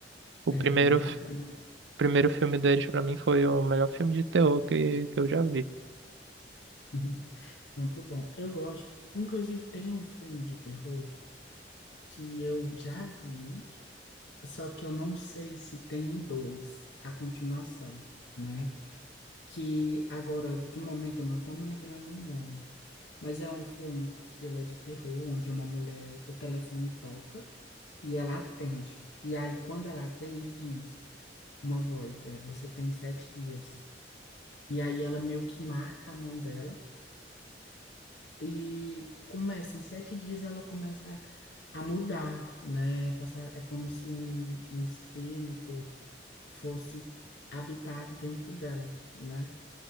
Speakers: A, on the right; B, on the left.
A: O
B: É
A: primeiro,
B: bem bacana.
A: f- primeiro filme deles, pra mim, foi o melhor filme de terror que, que eu já vi.
B: <laughs> Muito bom. Eu gosto. Inclusive, tem um filme de terror que eu já vi, só que eu não sei se tem o 2 a continuação, né? Que agora, de momento, eu não estou me lembrando o nome. Mas é um filme que ele é de terror, onde uma mulher, o telefone toca e ela atende. E aí, quando ela atende, diz uma voz, é, você tem sete dias. E aí ela meio que marca a mão dela E começa, em sete dias ela começa a, a mudar, né? A passar, é como se um, um espírito fosse habitar dentro dela, né?